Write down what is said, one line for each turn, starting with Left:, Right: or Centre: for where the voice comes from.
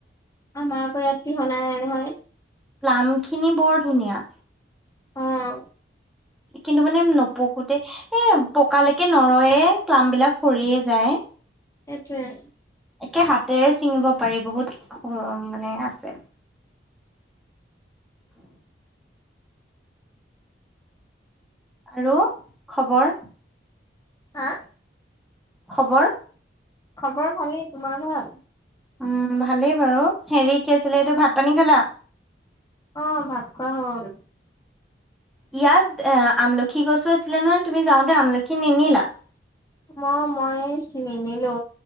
Left: আমাৰ আকৌ ইয়াত পিহনা নহয়।
Centre: প্লাম্পখিনি বৰ ধুনীয়া।
Left: অঁ!
Centre: কিন্তু মানে নপকোতে এ পকালৈকে নৰয়ে ক্লাম বিলাক সৰিয়ে যায়।
Left: এটোৱেযে
Centre: একে হাতেৰে ছিঙিব পাৰি বহুত, স মানে আছে। আৰু খবৰ?
Left: হা?
Centre: খবৰ?
Left: খবৰ ভালেই, তোমাৰ ভাল?
Centre: উম ভালেই বাৰু হেৰি কি আছিলে এইটো ভাত পনিখালা?
Left: অ ভাত খোৱা হ'ল।
Centre: ইয়াত এ আমলখি গছো আছিলে নহয় তুমি যাওঁতে আমলখি নিনিলা?
Left: অ মই নিনিলো।